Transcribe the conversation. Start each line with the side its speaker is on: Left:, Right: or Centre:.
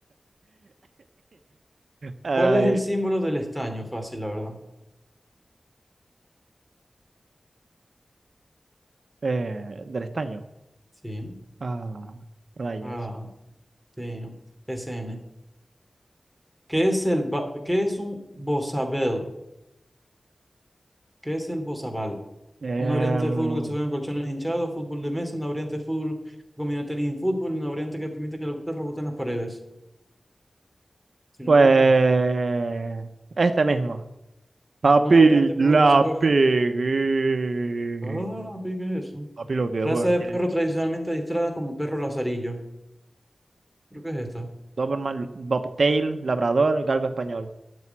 Right: Ay,
Centre: ¿Cuál es el símbolo del estaño? Fácil, la verdad.
Right: eh, del estaño.
Centre: Sí.
Right: Ah, rayos.
Centre: Ah, sí. S N. ¿Qué es el ba- qué es un bozabel? ¿Qué es el bozabal?
Right: Em,
Centre: Una variante de fútbol que se juega en colchones hinchados, fútbol de mesa, una variante de fútbol que combina tenis y fútbol, una variante que permite que la pelota rebote en las paredes. Si
Right: pues,
Centre: no me equivoco, es esto.
Right: este mismo. Papi,
Centre: Una variante de
Right: la
Centre: fútbol que se juega.
Right: pegué.
Centre: Ah, vi, ¿qué es eso?
Right: Papi, lo que
Centre: Raza
Right: es, weón.
Centre: de
Right: Tienes
Centre: perro tradicionalmente adiestrada como perro lazarillo. Creo que es esta.
Right: Doberman, Bobtail, Labrador, Galgo español.